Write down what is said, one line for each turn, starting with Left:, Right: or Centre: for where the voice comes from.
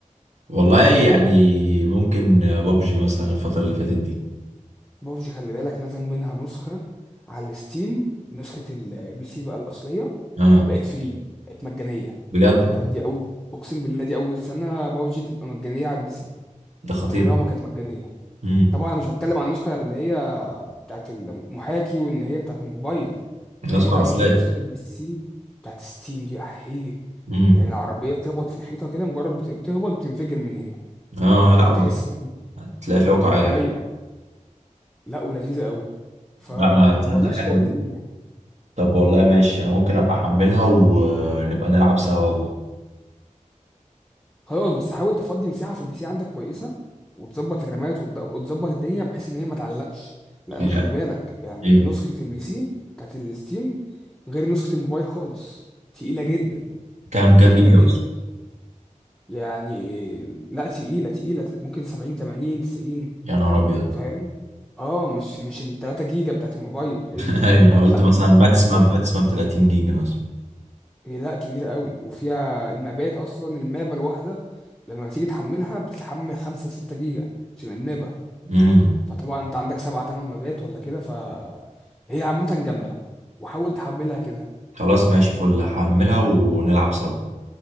Right: والله يعني ممكن آه، بابجي مثلا الفترة اللي فاتت دي
Centre: ببجي خلي بالك نزل منها نسخه على الستيم نسخه البي سي بقى الاصليه
Right: اه
Centre: بقت فري بقت مجانيه
Right: بجد والله
Centre: يعني دي اول اقسم بالله دي اول سنه ببجي تبقى مجانيه على البي سي
Right: ده خطير
Centre: عمرها ما كانت مجانيه
Right: امم
Centre: طبعا انا مش بتكلم عن النسخه اللي هي بتاعت المحاكي وان هي بتاعت الموبايل
Right: الاسقر
Centre: بكلمك عن
Right: اصليه
Centre: نس- نسخه البي سي بتاعت ستيم دي احيه
Right: امم
Centre: يعني العربيه بتخبط في الحيطه كده مجرد بت- بتخبط بتنفجر من هنا
Right: اه
Centre: فبتحس
Right: لا بقى. هتلاقي في واقعيه
Centre: واقعيه
Right: بقى.
Centre: لا ولذيذه قوي فا
Right: لا ما تصدق
Centre: والله
Right: حلوه
Centre: شوقتني
Right: دي
Centre: ليها
Right: طب والله ماشي انا ممكن ابقى احملها ونبقى نلعب سوا والله
Centre: خلاص بس حاول تفضي مساحه في البي سي عندك كويسه وتظبط الرامات وتد- وتظبط الدنيا بحيث ان هي ما تعلقش لان
Right: هي
Centre: خلي بالك يعني
Right: ايه
Centre: نسخه البي سي بتاعت الستيم غير نسخه الموبايل خالص تقيله جدا
Right: كام كام
Centre: تقيلة
Right: جيجا
Centre: جدا
Right: اصلا
Centre: يعني لا تقيلة تقيلة ممكن 70 80 90
Right: يا نهار ابيض
Centre: فاهم اه مش مش ال 3 جيجا بتاعت الموبايل
Right: <laughs>
Centre: هي
Right: ايوه انا قلت
Centre: لا
Right: مثلا
Centre: دي نسخة
Right: ماكسيمم
Centre: أصلية
Right: ماكسيمم 30 جيجا مثلا
Centre: هي لا كبيرة قوي وفيها المابات أصلا المابة الواحدة لما بتيجي تحملها بتحمل 5 6 جيجا عشان المابة
Right: امم
Centre: فطبعا أنت عندك 7 8 مابات ولا كده فهي عامة جامدة وحاول تحملها كده
Right: خلاص ماشي فل هحملها ونلعب سوا